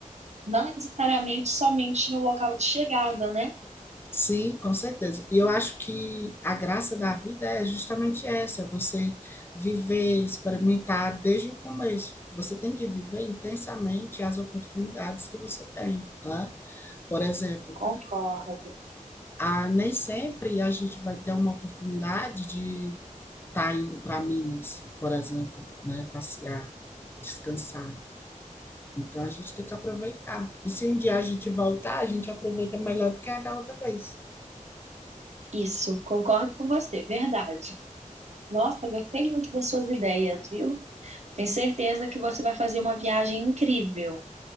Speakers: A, on the right; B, on the left.
A: não necessariamente somente no local de chegada, né?
B: Sim, com certeza. E eu acho que a graça da vida é justamente essa, é você viver, experimentar desde o começo. Você tem que viver intensamente as oportunidades que você tem, tá? Por exemplo,
A: Concordo.
B: a, nem sempre a gente vai ter uma oportunidade de estar indo para Minas, por exemplo, né? Passear, descansar. Então a gente tem que aproveitar. E se um dia a gente voltar, a gente aproveita melhor do que a da outra vez.
A: Isso, concordo com você, verdade. Nossa, gostei muito das suas ideias, viu? Tenho certeza que você vai fazer uma viagem incrível.